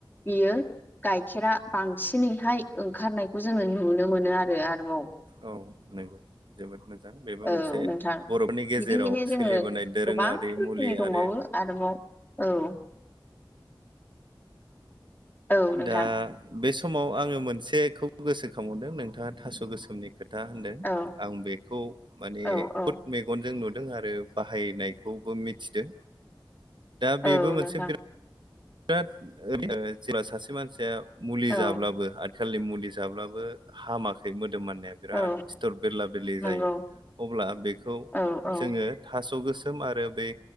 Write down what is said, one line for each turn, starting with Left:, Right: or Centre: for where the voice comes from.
Left: बियो। गाइखेरा बांसिनैहाय ओंखारनायखौ जोङो नुनो मोनो आरो आरोबाव।
Right: औ नगौ जोबोद मोजां। बेबो मोनसे
Left: औ नोंथां
Right: बर'फोरनि गेजेराव
Left: बिदिहायनो जोङो
Right: सोलिबोनाय दोरोङारि
Left: गोबां रोखोमनि
Right: मुलि
Left: दंबावो
Right: आरो
Left: आरोबाव। औ। औ नोंथां
Right: दा बे समाव आङो मोनसेखौ गोसोखांबावदों नोंथाङा थास' गोसोमनि। खोथा होनदों
Left: औ
Right: आं बेखौ माने
Left: औ औ
Right: खुद मेगनजों नुदों। आरो बाहायनायखौबो मिथिदों दा बेबो
Left: औ
Right: मोनसे
Left: नोंथां
Right: बिराद। बिराद जेब्ला सासे मानसिया मुलि
Left: औ
Right: जाब्लाबो। आथिखालनि मुलि जाब्लाबो हामाखै मोन। मोदोम माननाया बेराद
Left: औ
Right: सिथर बेरला बेरलि
Left: नंगौ
Right: जायो अब्ला बेखौ
Left: औ औ
Right: थास। थास गोसोम आरो बै